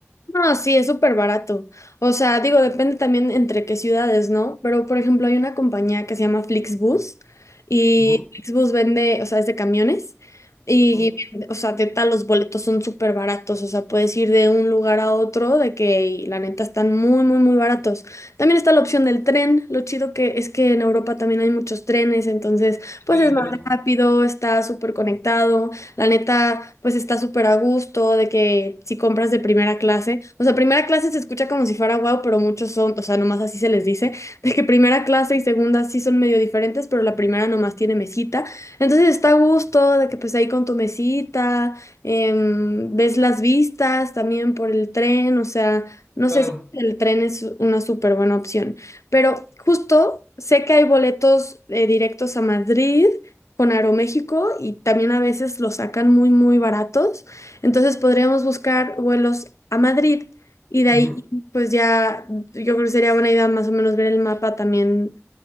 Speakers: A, on the left (about 80°); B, on the left (about 65°).
A: No, sí, es súper barato. O sea, digo, depende también entre qué ciudades, ¿no? Pero, por ejemplo, hay una compañía que se llama Flixbus y
B: Ujú,
A: Flixbus vende, o sea, es de camiones y,
B: ujú.
A: vende- o sea, de tal los boletos son súper baratos. O sea, puedes ir de un lugar a otro de que, y la neta, están muy, muy, muy baratos. También está la opción del tren. Lo chido que es que en Europa también hay muchos trenes, entonces, pues
B: Y
A: es más
B: también
A: rápido, está súper conectado. La neta, pues está súper a gusto de que si compras de primera clase, o sea, primera clase se escucha como si fuera guau, pero muchos son, o sea, nomás así se les dice, <laughs> de que primera clase y segunda sí son medio diferentes, pero la primera nomás tiene mesita. Entonces está a gusto de que pues ahí con tu mesita, em, ves las vistas también por el tren, o sea, no sé
B: claro.
A: si el tren es una súper buena opción, pero justo sé que hay boletos eh, directos a Madrid con Aeroméxico y también a veces los sacan muy, muy baratos. Entonces podríamos buscar vuelos a Madrid y
B: ujú.
A: de ahí pues ya yo creo que sería buena idea más o menos ver el mapa también.